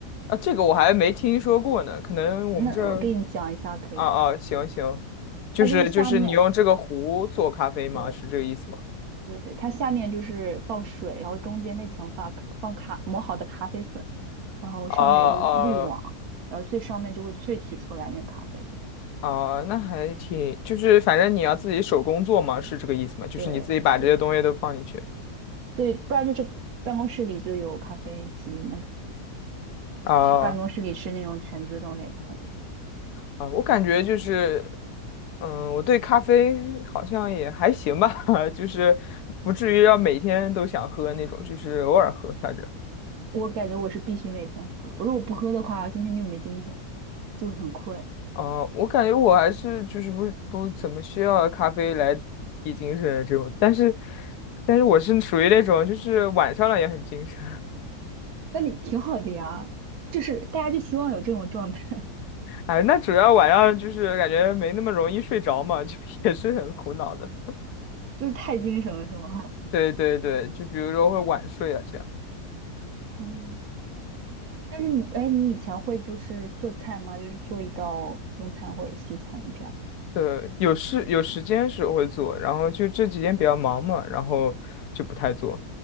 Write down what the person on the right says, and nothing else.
那我给你讲一下可以，
它就是下面对。
对，它下面就是放水，然后中间那层发放咖磨好的咖啡粉，然后上面有个滤网，
然后最上面就会萃取出来那个咖啡这样
对对对，不然就是办公室里就有咖啡机，那
去办公室里吃那种全自动的也可以。
我感觉我是必须每天喝，如果不喝的话，今天就没精神，就会很困。
那你挺好的呀，就是大家就希望有这种状态，
<laughs> 就是太精神了，是吗？
<laughs> 嗯。但是你，哎，你以前会就是做菜吗？就是做一道中餐或者西餐这样。